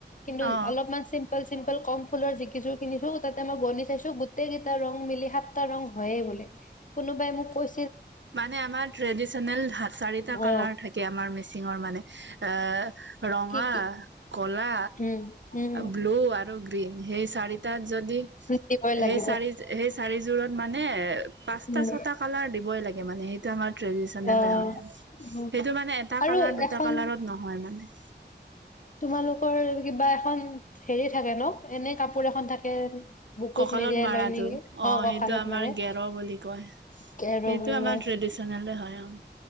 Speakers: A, on the left; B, on the right.
A: কিন্তু
B: অ
A: অলপমান চিম্পল চিম্পল কম ফুলৰ যিকিযোৰ কিনিছো, তাতে মই গণি চাইছো, গোটেই কেইটা ৰং মিলি সাতটা ৰং হয়য়ে বোলে। কোনোবাই মোক কৈ
B: মানে আমাৰ ট্ৰেডিচনেল চাৰিটা
A: অ
B: কালাৰ থাকে আমাৰ মিচিঙৰ মানে, এ' ৰঙা,
A: কি কি
B: কলা,
A: উম উম
B: ব্লু আৰু গ্ৰীণ। সেই চাৰিটাত যদি,
A: দিবই লাগিব
B: সেই চাৰি, সেই চাৰিযোৰত মানে, পাঁচটা
A: উম
B: ছটা কালাৰ দিবই লাগে। মানে সেইটো আমাৰ ট্ৰেডিচনে
A: অ
B: হয় আৰু, সেইটো
A: উম
B: মানে এটা
A: আৰু
B: কালাৰ দুটা
A: এখন
B: কালাৰত নহয় মানে।
A: তোমালোকৰ কিবা এখন হেৰি থাকে ন এনে কাপোৰ এখন থাকে বুকুত
B: কঁকালত
A: মেৰিয়াই
B: মৰাটো
A: লয় নেকি
B: অ
A: কঁকালত
B: সেইটো আমাৰ
A: মাৰে
B: গেৰ বুলি কয় সেইটো
A: কেৰ বুলি
B: আমাৰ
A: কয়
B: ট্ৰেডিশনেলে হয়